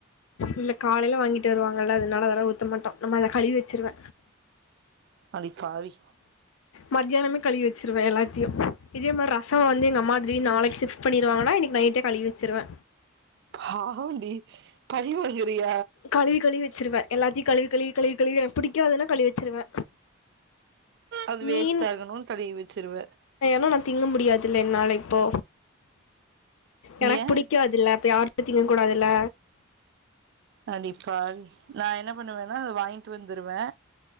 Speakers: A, on the left; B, on the right.
A: இல்ல காலையில வாங்கிட்டு வருவாங்கல்ல அதனால அதலா ஊத்த மாட்டோம் நம்ம அத கழுவி வச்சிருவ
B: அதிப்பாவி
A: மத்தியானமே கழுவி வச்சிருவே எல்லாத்தையு இதே மார் ரசோ வந்து எங்க அம்மா திடீர்னு நாளைக்கு ஷிப் குக் பண்ணிடுவாங்கன்னா இன்னைக்கு நைட்டே கழிவி வச்சிருவே
B: பாவண்டி பழிவாங்குரிய
A: கழுவி கழுவி வச்சிருவே எல்லாத்தையு கழுவி கழுவி கழுவி கழுவி புடிக்காதுன்னா கழுவி வச்சிருவே
B: அது வேஸ்ட்
A: மீன்
B: ஆகணும்னு கழுவி வச்சிருவ
A: ஏன்னா நா திங்க முடியாதுல்ல என்னால இப்போ எனக்கு
B: ஏ
A: பிடிக்காதுல்ல அப்ப யார் வச்சிங்க கூடாதுல
B: அடிபாவி நா என்ன பண்ணுவேன்னா அத வாங்கிட்டு வந்துருவ